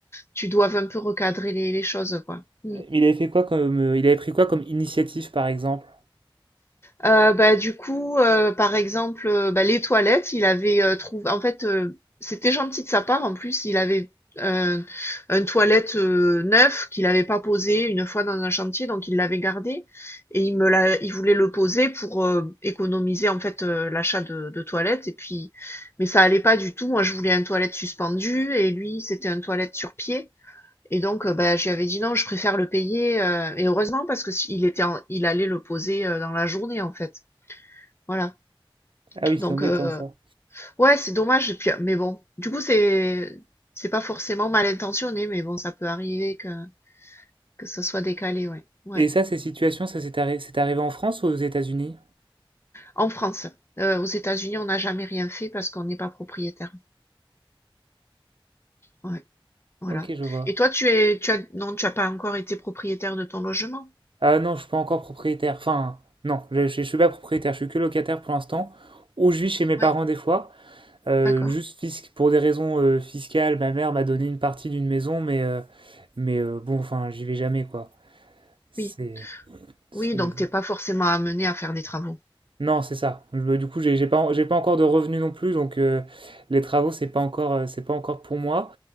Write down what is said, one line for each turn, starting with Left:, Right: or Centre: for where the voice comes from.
Left: tu doives un peu recadrer les les choses, quoi. Mmh.
Right: Il avait fait quoi comme, euh, il avait pris quoi comme initiative, par exemple?
Left: Heu, bah, du coup, heu, par exemple, heu, bah, les toilettes, il avait, heu, trouv en fait, heu, c'était gentil de sa part. En plus, il avait un un toilette, heu, neuf qu'il n'avait pas posé une fois dans un chantier, donc il l'avait gardé et il me l'a il voulait le poser pour, heu, économiser, en fait, heu, l'achat de de toilettes et puis mais ça allait pas du tout. Moi, je voulais un toilette suspendu et lui, c'était un toilette sur pied et donc, heu, bah, je lui avais dit: «Non, je préfère le payer», heu et heureusement parce que si il était en il allait le poser, heu, dans la journée, en fait. Voilà,
Right: Ah oui, c'est
Left: donc
Right: embêtant
Left: heu,
Right: ça.
Left: ouais, c'est dommage et puis, euh, mais bon, du coup, c'est c'est pas forcément mal intentionné, mais bon, ça peut arriver que que ça soit décalé, ouais, ouais.
Right: Et ça, ces situations, ça s'est arri- c'est arrivé en France ou aux États-Unis?
Left: En France, heu, aux États-Unis, on n'a jamais rien fait parce qu'on n'est pas propriétaire. Ouais, voilà.
Right: Ok, je vois.
Left: Et toi, tu es tu as non, tu as pas encore été propriétaire de ton logement?
Right: Ah non, je suis pas encore propriétaire. Enfin, non, je, je, je suis pas propriétaire, je suis que locataire pour l'instant. Ou je vis chez mes parents
Left: Ouais,
Right: des fois. Euh,
Left: d'accord.
Right: juste fisc- pour des raisons euh, fiscales, ma mère m'a donné une partie d'une maison, mais, euh, mais euh, bon, enfin, j'y vais jamais, quoi. C'est,
Left: Oui,
Right: c'est-
Left: oui, donc t'es pas forcément amené à faire des travaux.
Right: Non, c'est ça. Je- Du coup, j'ai j'ai pas, en- j'ai pas encore de revenus non plus, donc euh, les travaux, c'est pas encore, euh, c'est pas encore pour moi.